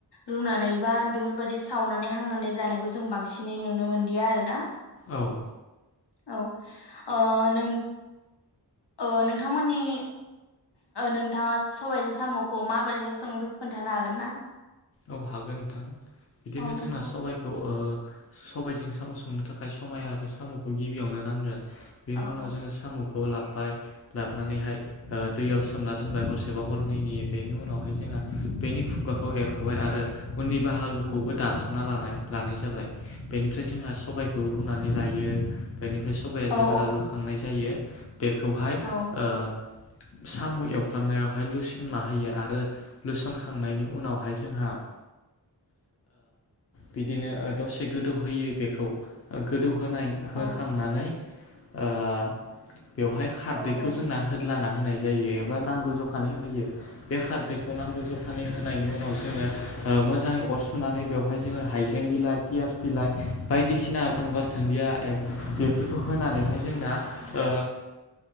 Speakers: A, on the left; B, on the left.
A: रुनानै बा बेफोरबायदि सावनानै हांनानै जानायखौ जों बांसिनै नुनो मोनदिया आरो ना।
B: औ।
A: औ ओ नों ओ नोंथांमोननि। नोंथाङा सबायजों साम'खौ माबोरैहाय सङो बेखौ खोन्थानो हागोन ना?
B: औ हागोन नोंथां बिदिनो
A: औ नोंथां
B: जोंना सबायखौ ओ सबायजों साम' संनो थाखाय समाय आरो साम'खौ गिबियावनो नांगोन। बेनि
A: औ
B: उनाव
A: औ
B: जोङो साम'खौ लाबोबाय लाबानैहाय ओ दैयाव सोमना दोनबाय हरसेबा हरनैनि बेनि उनावहाय जोंहा बेनि खुगाखौ एरख'बाय आरो उननि बाहागोखौबो
A: औ
B: दानस'ना लानाय। लानाय जाबाय बेनिफ्राय जोंहा सबायखौ रुनानै लायो। बेनिफ्राय सबाया
A: औ
B: जेब्ला रुखांनाय जायो। बेखौहाय
A: औ
B: ओ साम' एवफ्रामनायावहाय लुसेमना होयो आरो लुसनखांनायनि उनाव ओ बिदिनो ओ दसे गोदौ होयो बेखौ ओ गो दौ होनाय होखांनानै
A: औ
B: ओ बेवहाय खारदैखौ
A: औ औ
B: जोंना होदलाना हो नाय जायो एबा नांगौ जखानि होयो बे खारदैखौ नांगौ जखानि होननि उ नाव मोजाङै ओ अर सुनानै बेहाय जो हाइें बिलाइ पियास बिलाय बायदिसिना ना गंगार दोनदिया एब बेफोरखौ होनानैहाय जोंना ओ